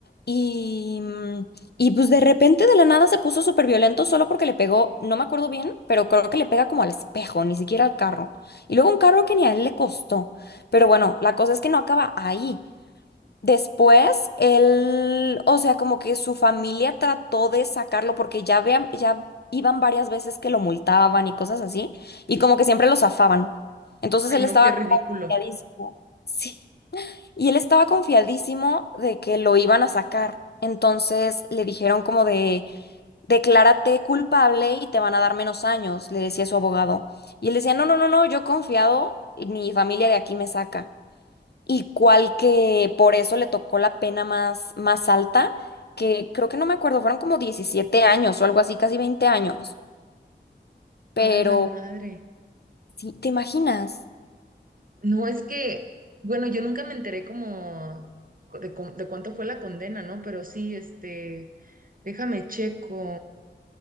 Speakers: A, on the left (about 60°); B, on the right (about 50°).
A: Y, mm, y pues de repente de la nada se puso súper violento solo porque le pegó, no me acuerdo bien, pero creo que le pega como al espejo, ni siquiera al carro. Y luego un carro que ni a él le costó. Pero bueno, la cosa es que no acaba ahí. Después, él, o sea, como que su familia trató de sacarlo porque ya vean, ya iban varias veces que lo multaban y cosas así, y como que siempre lo zafaban. Entonces
B: Ay,
A: él
B: no,
A: estaba
B: qué ridículo.
A: como confiadísimo. Sí. Y él estaba confiadísimo de que lo iban a sacar. Entonces le dijeron como de, declárate culpable y te van a dar menos años, le decía su abogado. Y él decía, no, no, no, no, yo confiado, mi familia de aquí me saca y cuál que por eso le tocó la pena más, más alta, que creo que no me acuerdo, fueron como 17 años o algo así, casi 20 años. Pero,
B: A la madre.
A: sí, ¿te imaginas?
B: No, es que, bueno, yo nunca me enteré como de, cu- de cuánto fue la condena, ¿no? Pero sí, este, déjame checo.